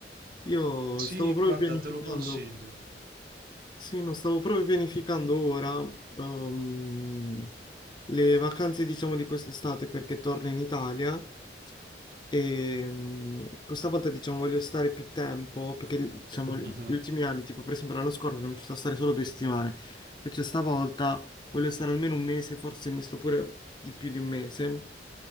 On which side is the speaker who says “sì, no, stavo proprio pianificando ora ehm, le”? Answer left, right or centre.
Left